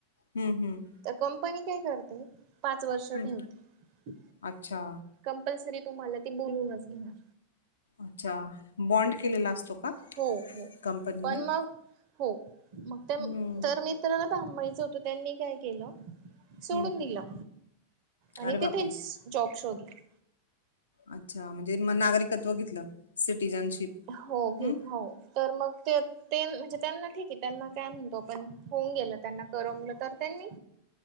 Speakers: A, on the left (about 70°); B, on the right (about 45°).
A: हम्म हम्म.
B: तर कंपनी काय करते पाच वर्ष
A: हं.
B: ठेवते.
A: अच्छा,
B: कंपल्सरी तुम्हाला ते बोलूनच घेणार.
A: अच्छा, बॉन्ड केलेला असतो का?
B: हो हो
A: कंपनीने?
B: पण मग हो मग ते
A: हं,
B: तर मी. तरला थांबायचं होतं त्यांनी काय केल. सोडून
A: हं.
B: दिला आणि
A: अरे बापरे!
B: तेथेच जॉब शोधला.
A: अच्छा म्हणजे म नागरिकत्व घेतलं सिटिझनशिप.
B: हो घ
A: हं,
B: हो तर मग ते. ते म्हणजे त्यांना ठीक आहे त्यांना काय म्हणतो आपण होऊन गेल त्यांना करमलं तर त्यांनी...